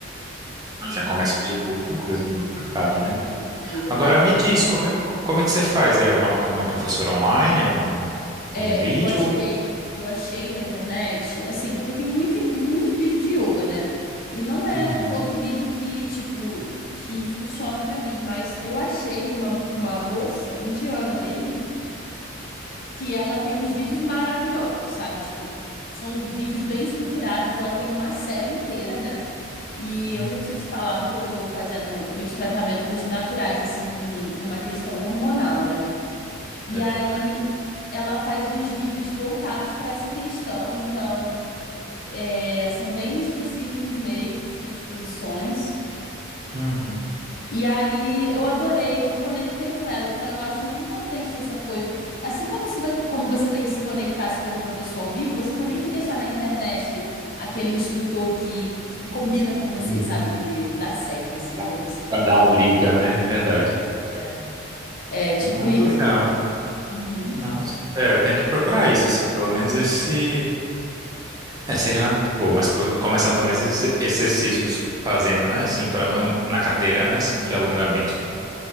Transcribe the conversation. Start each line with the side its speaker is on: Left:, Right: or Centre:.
Right: Ah, Já começa o dia com outra coisa, com outra cara,
Left: Com
Right: né?
Left: certeza,
Right: Agora
Left: cara.
Right: me diz, como é, como é que você faz? É uma, é uma professora online? É um,
Left: É,
Right: um vídeo?
Left: eu achei, eu achei na internet, assim, porque tem muito, muito vídeo de yoga, né? E não é
Right: Uhum.
Left: todo vídeo que, tipo, que funciona pra mim, mas eu achei uma, uma moça indiana mesmo, que ela tem uns vídeos maravilhosos, sabe? Tipo, são vídeos bem estruturados, ela tem uma série inteira, né? E eu
Right: Uhum.
Left: já tinha te falado que eu tô fazendo meus tratamentos naturais, assim, para um, para uma questão hormonal, né? E
Right: É,
Left: aí
Right: é.
Left: ela faz os vídeos voltados para essa questão, então é, são bem específicos mesmo, assim, as posições.
Right: Uhum.
Left: E aí eu adorei, eu me conectei com ela, então eu acho meio importante essa coisa. Assim como se, vo- como você tem que se conectar se for um professor ao vivo, você também tem que achar na internet aquele instrutor que, que combina com você,
Right: Uhum.
Left: sabe? Que, que dá certo, assim,
Right: Tá.
Left: para você.
Right: Pra dar a liga, né? Verdade.
Left: É, é tipo
Right: Ah,
Left: isso.
Right: que legal.
Left: Uhum.
Right: Nossa. É, eu tenho que procurar isso, assim, pelo menos esse. É, seria uma boa, mas pro- começar pelo menos esses exercícios fazendo, né? Assim, para não. Na cadeira, né? Assim, de alongamentos, né?